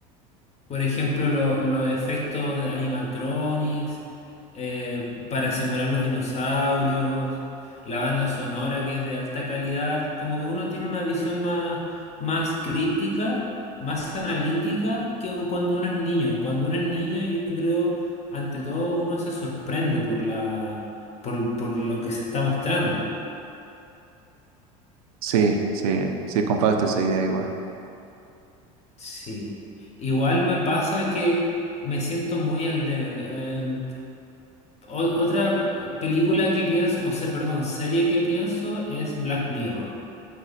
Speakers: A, on the left; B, on the right.
A: Por ejemplo, lo- los efectos de animatronics eh, para simular los dinosaurios, la banda sonora que es de alta calidad, como que uno tiene una visión más, más crítica, más analítica que cuando uno es niño. Cuando uno es niño, yo creo, ante todo, uno se sorprende por la, por, por lo que se está mostrando.
B: Sí, sí, sí, comparto esa idea igual.
A: Sí. Igual me pasa que me siento muy al debe. O- otra pe- película que pienso, o sea, perdón, serie que pienso es Black Mirror.